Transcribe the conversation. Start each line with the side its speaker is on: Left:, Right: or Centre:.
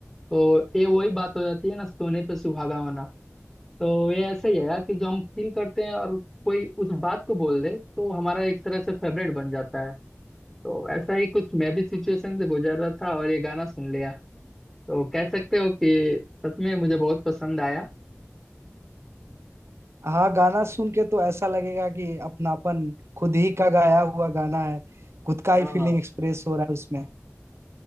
Centre: तो ये वही बात हो जाती है ना सोने पे सुहागा होना तो ये ऐसे ही है यार कि जो हम फील करते हैं और कोई उस बात को बोल दे तो हमारा एक तरह से फेवरेट बन जाता है तो ऐसा ही कुछ मैं भी सिचुएशन से गुजर रहा था और ये गाना सुन लिया तो कह सकते हो कि सच में मुझे बहुत पसंद आया
Right: हाँ गाना सुन के तो ऐसा लगेगा कि अपनापन खुद ही का गाया हुआ गाना है खुद का ही
Centre: हाँ
Right: फीलिंग
Centre: हाँ
Right: एक्सप्रेस हो रहा है उसमें